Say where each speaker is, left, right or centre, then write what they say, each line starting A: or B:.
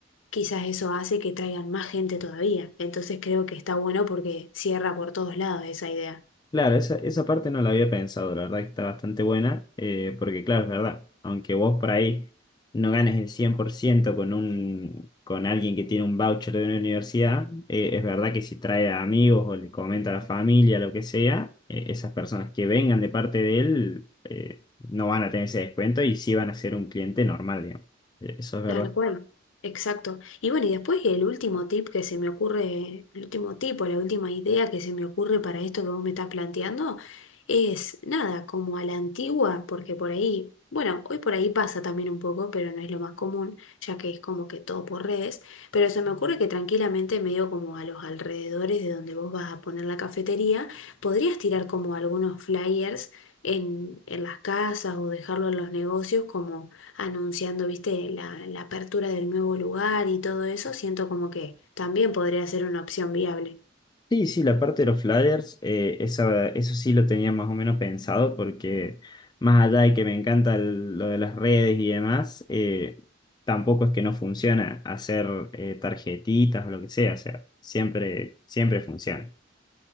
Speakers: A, on the left (about 75°); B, on the left (about 20°).
A: quizás eso hace que traigan más gente todavía. Entonces creo que está bueno porque cierra por todos lados esa idea.
B: Claro, esa, esa parte no la había pensado, la verdad que está bastante buena, eh, porque claro, es verdad, aunque vos por ahí no ganes el 100% con un, con alguien que tiene un voucher de una universidad, eh, es verdad que si trae a amigos o le comenta a la familia, lo que sea, eh, esas personas que vengan de parte de él, eh, no van a tener ese descuento y sí van a ser un cliente normal, digamos. Eh, Eso es verdad.
A: Tal cual, exacto. Y bueno, y después el último tip que se me ocurre, el último tip o la última idea que se me ocurre para esto que vos me estás planteando es nada, como a la antigua, porque por ahí, bueno, hoy por ahí pasa también un poco, pero no es lo más común, ya que es como que todo por redes, pero se me ocurre que tranquilamente medio como a los alrededores de donde vos vas a poner la cafetería, podrías tirar como algunos flyers en, en las casas o dejarlo en los negocios como anunciando, viste, la, la apertura del nuevo lugar y todo eso, siento como que también podría ser una opción viable.
B: Sí, sí, la parte de los flyers, eh, esa- eso sí lo tenía más o menos pensado porque más allá de que me encanta el- lo de las redes y demás, eh, tampoco es que no funciona hacer eh, tarjetitas o lo que sea, o sea, siempre, siempre funciona.